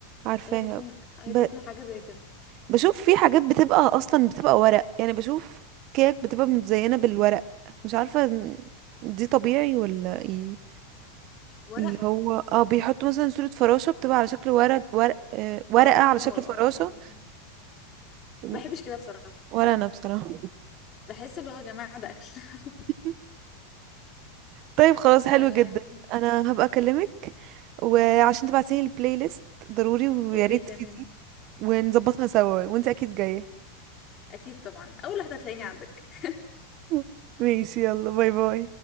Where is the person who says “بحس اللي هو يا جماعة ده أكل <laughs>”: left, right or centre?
Left